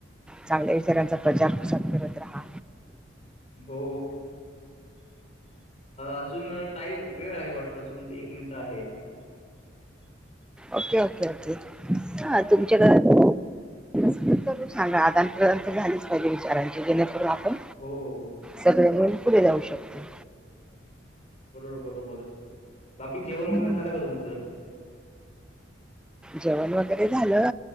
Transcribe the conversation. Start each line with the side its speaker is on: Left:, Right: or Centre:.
Centre: चांगल्या विचारांचा प्रचार प्रसार करत रहा
Left: हो अजून टाईम वेळ आहे वाटत अजून एक मिनिटं आहे
Centre: ओके ओके ओके हा तुमच्या घरात सांग आदान प्रदान तर झालीच पहिले विचारांची जेणेपू
Left: हो
Centre: सगळे मिून पुढे जाऊ शकते
Left: बरोबर बरोबर बाकी जेवण वगैरे
Centre: ह
Left: झालं का तुमचं
Centre: जेवण वगैरे झालं